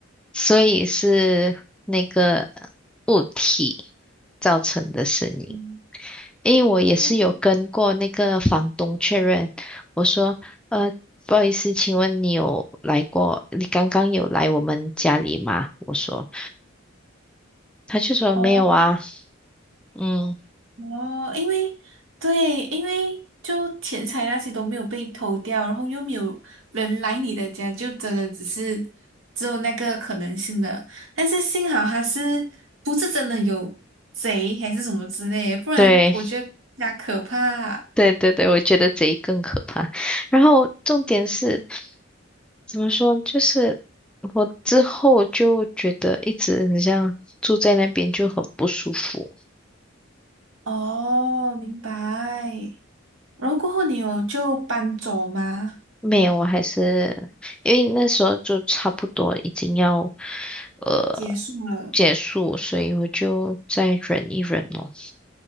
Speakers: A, in the centre; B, on the right (about 80°).
A: 所以是那个物体造成的声音。
B: 嗯，
A: 因为我也是有跟过那个房东确认，
B: 就这样。
A: 我说，呃，不好意思，请问你有来过？你刚刚有来我们家里吗？我说，他就说没有啊。
B: 哦。
A: 嗯，
B: 哦，因为对，因为就钱财那些都没有被偷掉，然后又没有人来你的家，就真的只是只有那个可能性的。但是幸好他是不是真的有贼还是什么之类，不然我觉得更加可怕。
A: 对，对对对，我觉得贼更可怕。然后重点是。怎么说？就是我之后就觉得一直很像住在那边就很不舒服。
B: 哦，明白。然后过后你有就搬走吗？
A: 没有，我还是因为那时候就差不多已经要呃
B: 结束了。
A: 结束，所以我就再忍一忍咯。